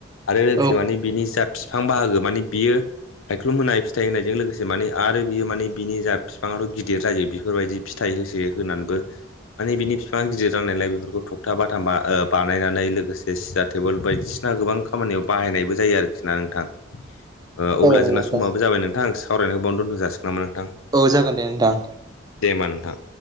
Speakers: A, on the left; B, on the right.
A: आरो लोगोसे
B: औ
A: माने बिनि जा बिफां बाहागो माने बियो सायख्लुम होनाय फिथाइ होनायजों लोगोसे माने आरो बियो माने बिनि जा बिफाङाथ' गिदिर जायो बेफोरबायदि फिथाइ होसो होनानैबो माने बिनि बिफां गिदिर जानायलाय बेफोरखौ थगथा बाथाम बानायनानै लोगोसे सियार टेबोल बायदिसिना गोबां खामानियाव बाहायनायबो जायो आरोखि ना नोंथां। अब्ला
B: नंगौ
A: जोंना
B: नोंथां
A: समाबो जाबाय नोंथां सावरायनायखौ बावनो दोनथ' जासिगोन नामा नोंथां
B: औ जागोन दे नोंथां
A: दे होमबा नोंथां